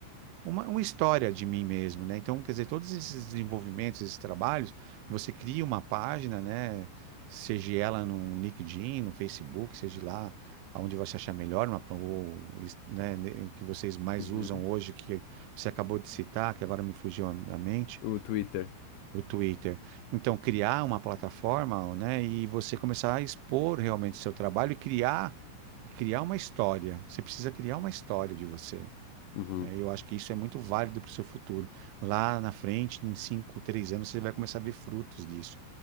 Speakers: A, on the right; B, on the left.
A: uma, uma história de mim mesmo, né? Então, quer dizer, todos esses desenvolvimentos, esses trabalhos, você cria uma página, né? Seja ela no LinkedIn, no Facebook, seja lá aonde você achar melhor, uma, ou, is- né, que vocês mais
B: uhum.
A: usam hoje, que você acabou de citar, que agora me fugiu a, a mente,
B: O Twitter.
A: o Twitter. Então, criar uma plataforma, né? E você começar a expor realmente seu trabalho e criar, e criar uma história. Você precisa criar uma história de você
B: Uhum,
A: né? Eu acho que isso é muito válido para o seu futuro. Lá na frente, em cinco, três anos, você vai começar a ver frutos disso,